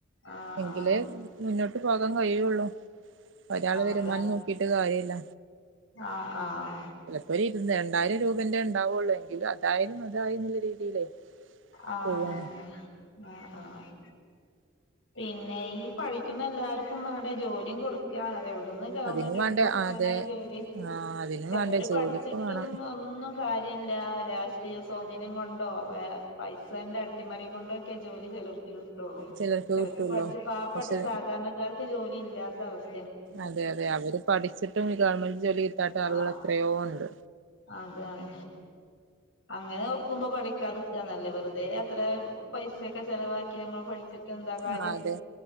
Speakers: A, on the left; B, on the right.
A: ആഹ്
B: എങ്കില്
A: ആഹ്
B: മുന്നോ ട്ട് പോകാൻ കഴിയുള്ളു ഒരാള് വരുമാനം
A: അതെ
B: നോക്കിട്ട് കാര്യമില്ല
A: ആഹ് ആഹ് ആഹ്
B: ഒരു ഇത് രണ്ടായിരം രൂപന്റെ ഉണ്ടാവുള്ളോ എങ്കിലും അതായാലും അതായി എന്നുള്ള രീതിയിലേ
A: ആ
B: പോവാണ്
A: അതെതെ ആഹ് ആഹ് പിന്നെ ഈ പഠിക്കുന്ന എല്ലാവർക്കും വേണ്ട ജോലിയും കൊടുക്കാണ് എവി ടുന്ന് ഗവണ്മെന്റ്
B: അതിനും
A: എടുത്ത്
B: വേണ്ടേ
A: കൊടുക്കാനാ
B: അതെ
A: ഈ ജോലി
B: ആഹ് അതിനും
A: ചെലര്
B: വേണ്ടേ ജോലിക്കും
A: പഠിച്ചിട്ടും
B: വേണം
A: ഒന്നും കാര്യ രിയില്ല രാഷ്ട്രീയ സ്വാധീനം കൊണ്ടോ പൈസന്റെ അട്ടിമറി കൊണ്ടോ ഒക്കെ ജോലി ചെലർക്ക് അത്രൊള്ളു
B: ചിലർക്ക്
A: ചെലർക്ക്
B: കിട്ടുള്ളൂ
A: പഠിച്ച് പാവപ്പെട്ട
B: പക്ഷെ
A: സാധാരണക്കാർ- ജോലി ഇല്ലാത്ത അവസ്-
B: അതെ അതെ അവര് പഠിച്ചിട്ടും ഗവൺമെന്റ് ജോലി കിട്ടാത്ത ആളുകൾ
A: ആഹ്
B: എത്രയോ ഒണ്ട്
A: അതാണ് അങ്ങനെ നോർക്കുമ്പോ പഠിക്കാതിക്കാ നല്ലേ വെറുതെ അത്ര പൈസയൊക്കെ ചെലവാക്കി നമ്മള് പഠിച്ചിട്ട് ട്ടെന്താ കാര്യം
B: ആഹ് അതെ